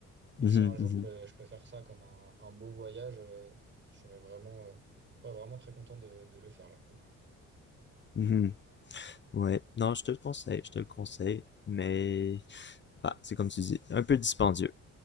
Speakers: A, on the right; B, on the left.
A: mais
B: Mhm,
A: si un jour,
B: mhm.
A: je peux, je peux faire ça comme un, un beau voyage, euh, je serais vraiment, euh, ouais, vraiment très content de, de le faire, là, pour le coup.
B: Mhm. Ouais, non, je te le conseille, je te le conseille, mais bah, c'est comme tu dis, un peu dispendieux,